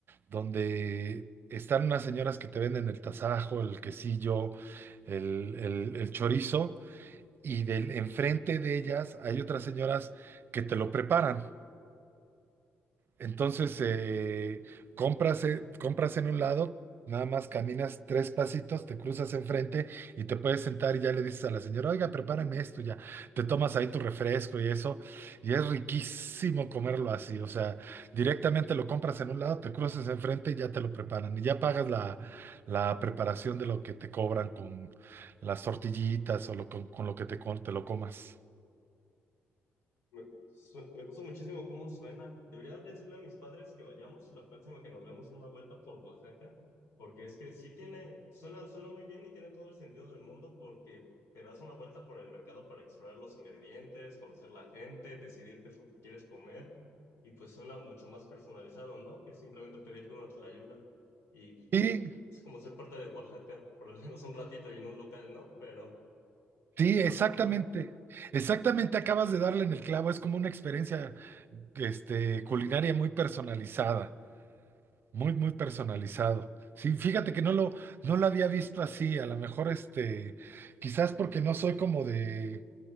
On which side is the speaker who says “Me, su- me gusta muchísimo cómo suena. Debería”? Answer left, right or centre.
Left